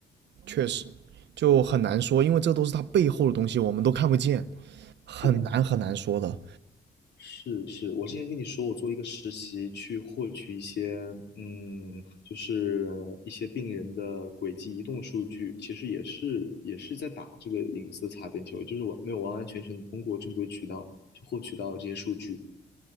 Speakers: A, on the right; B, on the left.
A: 确实就很难说，因为这都是他背后的东西，我们都看不见，很难很难说的。
B: 是的。是是，我之前跟你说，我做一个实习去获取一些，嗯，就是一些病人的轨迹移动数据，其实也是也是在打这个隐私擦边球，就是我没有完完全全的通过正规渠道去获取到这些数据，